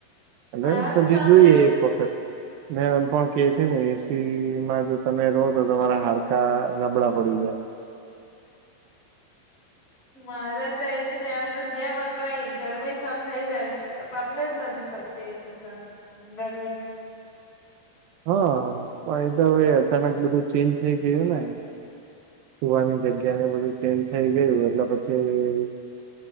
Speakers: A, on the right (about 80°); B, on the left (about 35°).
A: અને
B: મારાથી
A: પછી
B: શાંત
A: જોઈએ
B: રહી
A: એક વખત ને એમ પણ કે છે ને એસી માં જો તમે રહો તો તમારા હાડકા નબળા પડી ગયા.
B: મારે તો એસી હે પણ તો ગરમી શન થઇ જાય તો તમને જ નથી થતી. તે સ ત ગરમી
A: હા પણ એ તો હવે અચાનક બધું ચેન્જ થઈ ગયું ને, કુવાની જગ્યા ને બધું ચેન્જ થઈ ગયું એટલે પછી